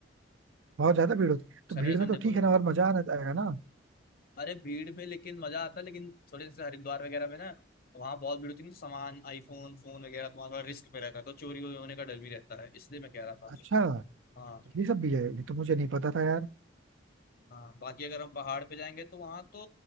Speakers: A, on the right; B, on the left.
A: बहुत ज्यादा भीड़ होती है तो
B: सैटरडे
A: भीड़ में
B: संडे
A: तो ठीक
B: बहुत
A: है ना और मजा आना आएगा ना
B: अरे भीड़ में लेकिन मजा आता है लेकिन थोड़े जैसे हरिद्वार वगैरह में ना वहाँ बहुत भीड़ होती है ना, सामान आईफोन फोन वगैरह तो वहाँ थोड़ा रिस्क पे रहता है तो चोरी होने का डर भी रहता है इसलिए मैं कह रहा था
A: अच्छा
B: हाँ
A: ये सब भी है ये तो मुझे नहीं पता था यार
B: हाँ बाकी अगर हम पहाड़ पे जाएंगे तो वहाँ तो